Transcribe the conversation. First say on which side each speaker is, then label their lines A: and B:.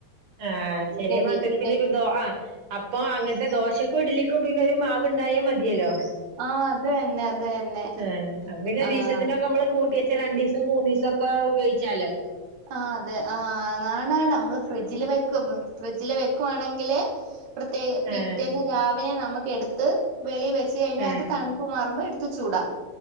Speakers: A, on the right (about 80°); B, on the right (about 60°).
A: ആഹ് ചെറിയ
B: ഇഡലി
A: മക്കക്ക്
B: ഇഡ
A: പിന്നൊരു ദോ ആഹ് അപ്പൊ അങ്ങൻത്തെ ദോശക്കും ഇടലിക്കും പിന്നെ ഒരു മാവ് ഇണ്ടായ മതിയല്ലോ?
B: ആഹ് അത് തന്നെ അത് തന്നെ
A: ഏന് അപ്പ പിന്നെ ഒരീസത്തിനൊക്കെ
B: ആഹ്
A: നമ്മള് കൂട്ടിവെച്ച രണ്ടീസും മൂന്നീസൊക്കെ ഉപയോഗിച്ചാലോ
B: ആഹ് അതെ ആ ആണാണ് നമ്മള് ഫ്രിഡ്ജില് വെക്കും ഫ്രിഡ്ജില് വെക്കുവാണെങ്കില് പ്രത്യേക പിറ്റേന്ന്
A: ആഹ്
B: രാവിലെ നമ്മക്ക് എടുത്ത് വെളി വെച്ച് കഴിഞ്ഞ
A: ആഹ്
B: അത് തണുപ്പ് മാറുമ്പോ എടു ത്തി ച്ചൂട